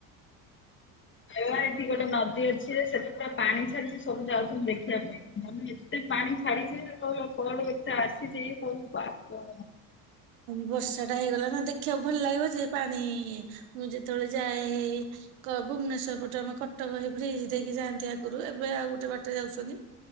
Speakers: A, on the left (about 30°); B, on the right (about 80°).
A: ଏ ଏଠି ଗୋଟେ ନଦୀ ଅଛି ସେଠି ପୁରା ପାଣି ଛାଡିଛି ସବୁ ଯାଉଥଛନ୍ତିୁ ଦେଖିବା ପାଇଁ। ମାନେ ଏତେ ପାଣି ଛାଡିଛି ଯେ କୋଆଡୁ ଏତେ ଆସିଛି ବାପ।
B: ବର୍ଷା ଟା ହେଇଗଲା ନା ଦେଖିବାକୁ ଭଲ ଲାଗିବ ଯେ ପାଣି ମୁଁ ଯେତେବେଳେ ଯାଏ ହେଇ ଭୁବନେଶ୍ୱର ପଟେ ଆମ କଟକ ହେଇ ବ୍ରିଜ ଦେଇକି ଯାଆନ୍ତି ଆଗରୁ ଏବେ ଆଉ ଗୋଟେ ବାଟରେ ଯାଉଛନ୍ତି।